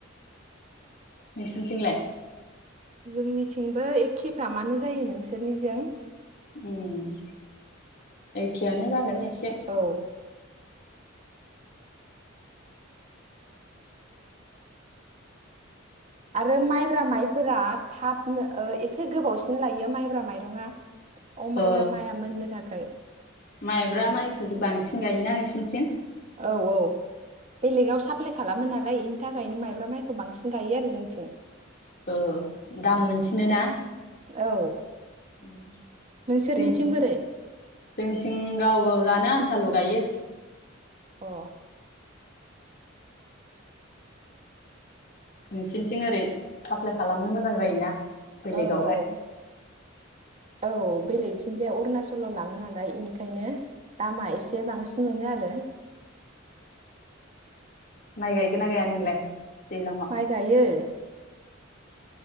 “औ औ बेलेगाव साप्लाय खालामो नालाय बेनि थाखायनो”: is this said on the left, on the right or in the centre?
Right